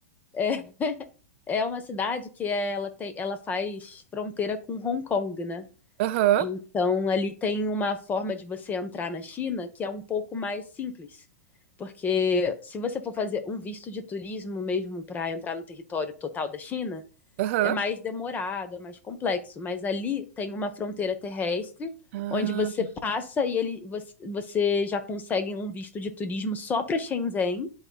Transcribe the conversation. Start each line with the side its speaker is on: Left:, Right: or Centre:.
Left: É, <laughs> é uma cidade que é, ela tem, ela faz fronteira com Hong Kong, né?
Right: Aham,
Left: Então, ali tem uma forma de você entrar na China que é um pouco mais simples. Porque se você for fazer um visto de turismo mesmo para entrar no território total da China,
Right: aham.
Left: é mais demorado, é mais complexo. Mas ali tem uma fronteira terrestre
Right: Ah,
Left: onde você passa e ele, você, você já consegue um visto de turismo só para Shenzhen.